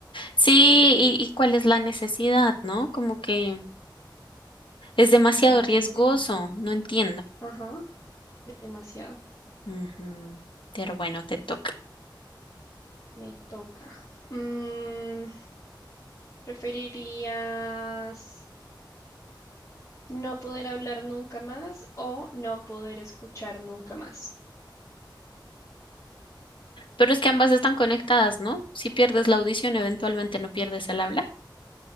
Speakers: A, on the left; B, on the left.
A: Sí, y, y cuál es la necesidad, ¿no? Como que es demasiado
B: No,
A: riesgoso,
B: horrible.
A: no entiendo.
B: Ajá, demasiado.
A: Ujú, Pero bueno, te toca.
B: Me toca. Mm, ¿preferirías... No poder hablar nunca más o no poder escuchar nunca más.
A: Pero es que ambas están conectadas, ¿no? Si pierdes la audición, eventualmente no pierdes el habla.